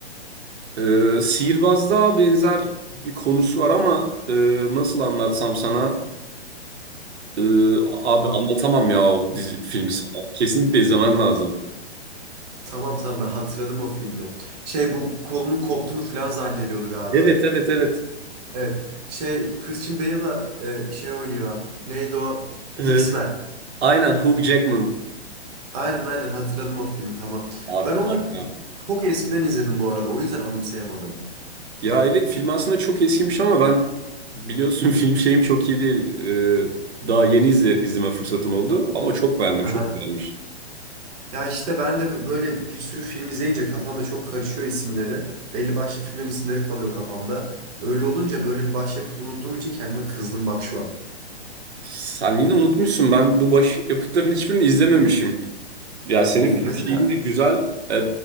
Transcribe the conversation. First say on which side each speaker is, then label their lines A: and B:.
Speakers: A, on the right (about 70°); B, on the right (about 35°).
A: Ee, sihirbazda benzer bir konusu var ama e, nasıl anlatsam sana? Ee, abi
B: Tamam.
A: anlatamam ya o dizi, filmi sana. Kesinlikle izlemen lazım.
B: Tamam tamam ben hatırladım o filmi. Şey bu kolunun koptuğunu falan zannediyordu galiba.
A: Evet evet evet.
B: Evet. Şey Christian Bale'la e, şey oynuyor. Neydi o?
A: Ee,
B: X-Men.
A: aynen Hugh Jackman.
B: Aynen aynen hatırladım o filmi tamam.
A: Abi
B: Ben onu
A: harika.
B: çok eskiden izledim bu arada. O yüzden anımsayamadım.
A: Ya evet film aslında çok eskimiş ama ben biliyorsun <laughs> film şeyim çok iyi değil. Ee, daha yeni izle, izleme fırsatım oldu ama çok beğendim, çok
B: Aha.
A: beğenmiş.
B: Ya işte ben de böyle bir sürü film izleyince kafamda çok karışıyor isimleri. Belli başlı filmlerin isimleri kalıyor kafamda. Öyle olunca böyle bir başyapıt unuttuğum için kendime kızdım bak şu an.
A: Sen yine unutmuşsun ben bu baş yapıtların hiçbirini izlememişim. Ya senin
B: Oo
A: film
B: mesela
A: şeyin de güzel. Ee,